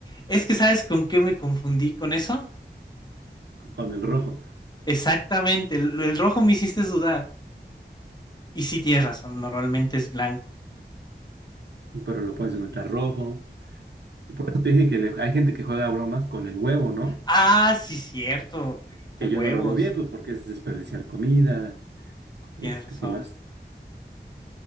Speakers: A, on the left (about 20°); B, on the right (about 70°).
A: Es que sabes con qué me confundí con eso.
B: con el rojo,
A: Exactamente. El, el rojo me hiciste dudar. Y sí tienes razón. Normalmente es blanco.
B: y pero lo puedes encontrar rojo. Y por eso te dije que le- hay gente que juega bromas con el huevo, ¿no?
A: Ah, sí, cierto. Revienta
B: Que
A: huevos.
B: yo no lo veo bien, pues porque es desperdiciar comida,
A: Tienes
B: este,
A: razón.
B: ¿qué más?